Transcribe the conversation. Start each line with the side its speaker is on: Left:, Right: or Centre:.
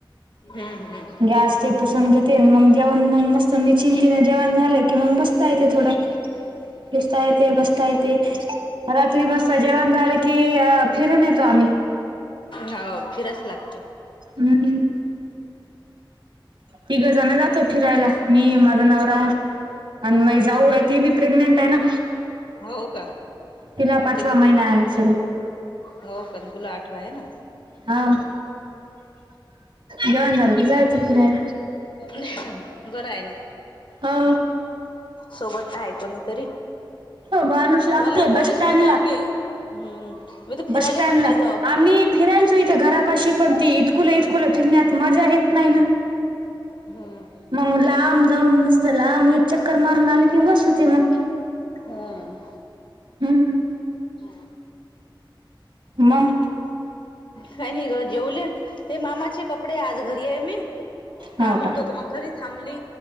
Left: हम्म. हम्म
Right: गॅस ते पुसून घेते मग जेवण मग मस्त निचिंतीने जेवण झालं की मग बस. ता येते थोडं फिसता येते बसता येते. रात्री मस्त जेवण झालं की फिरून येतो आम्ही
Left: हो फिराच लागतो.
Right: हम्म. तिघंजण जातो फिरायला मी माझा नवरा आण मई जाऊ आहे ती बी प्रेग्नेंट आहे ना.
Left: होव का?
Right: तिला पाचवा
Left: ते किती
Right: महिना आहे सुरू
Left: हो पण तुला आठवा आहे ना
Right: हो. जेवण झालं की जायचं फिरायला.
Left: बरं आहे ना.
Right: हा.
Left: सोबत आहे कोणीतरी.
Right: माणूस लागते
Left: मला तर
Right: बस
Left: कोणीच
Right: स्टँडला.
Left: नव्हतं. मी हम्म. मी तर फिरायला
Right: बस स्टँडला
Left: पण नाही जाव
Right: आम्ही फिरायचं इथं घरापाशी पण ते इतकुल इतकुल फिरण्यात मजा येत नाही ना.
Left: हम्म.
Right: मग लांब जाऊन मस्त लांब एक चक्कर मारून आले की बस होते मग.
Left: हम्म.
Right: हम्म.
Left: <inaudible>
Right: मग
Left: काय नाही ग, जेवले. हे मामाचे कपडे आज घरी आहे मी
Right: हो
Left: काम
Right: का
Left: होत तर मग घरी थांबली.